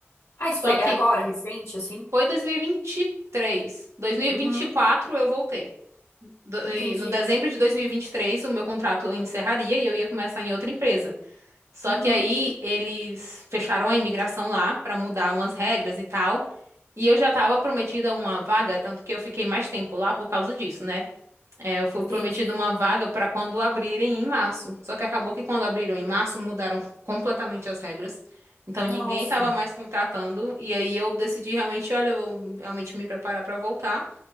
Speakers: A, on the left (about 90°); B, on the right (about 85°).
A: Ah, isso
B: Só
A: foi,
B: que
A: é agora, recente, assim?
B: Foi 2023. 2024
A: Uhum,
B: eu voltei. Do-
A: entendi.
B: e No dezembro de 2023, o meu contrato encerraria e eu ia começar em outra empresa. Só
A: Uhum,
B: que aí eles fecharam a imigração lá pra mudar umas regras e tal. E eu já tava prometida uma vaga, tanto que eu fiquei mais tempo lá por causa disso, né? É, eu fui
A: entendi.
B: prometida uma vaga para quando abrirem em março. Só que acabou que quando abriram em março, mudaram completamente as regras. Então
A: Nossa,
B: ninguém estava mais contratando. E aí eu decidi realmente, olha, eu vou realmente me preparar para voltar.